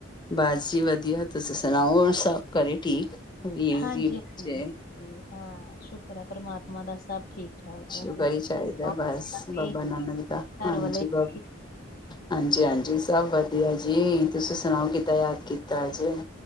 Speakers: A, on the left; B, on the left.
A: ਬਸ ਜੀ ਵਧੀਆ ਤੁਸੀਂ ਸੁਣਾਓ ਹੋਰ ਸਭ ਘਰੇ ਠੀਕ, ਵੀਰ
B: ਹਾਂਜੀ,
A: ਜੀ
B: ਹਾਂਜੀ,
A: ਤੇ
B: ਹਾਂਜੀ ਹਾਂ ਸ਼ੁਕਰ ਹੈ ਪਰਮਾਤਮਾ ਦਾ ਸਭ ਠੀਕ ਠਾਕ
A: ਸੁਕਰ
B: ਹੈ ਤੁਸੀਂ
A: ਹੀ
B: ਆਪਣਾ
A: ਚਾਹੀਦਾ ਬਸ
B: ਸੁਣਾਓ?
A: ਬਾਬਾ ਨਾਨਕ ਦਾ,
B: ਘਰ
A: ਹਾਂਜੀ
B: ਵਾਲੇ ਠੀਕ
A: ਬਾਬਾ ਹਾਂਜੀ-ਹਾਂਜੀ ਸਭ ਵਧੀਆ ਜੀ, ਤੁਸੀਂ
B: ਠਾਕ?
A: ਸੁਣਾਓ ਕਿੱਦਾਂ ਯਾਦ ਕੀਤਾ ਅੱਜ।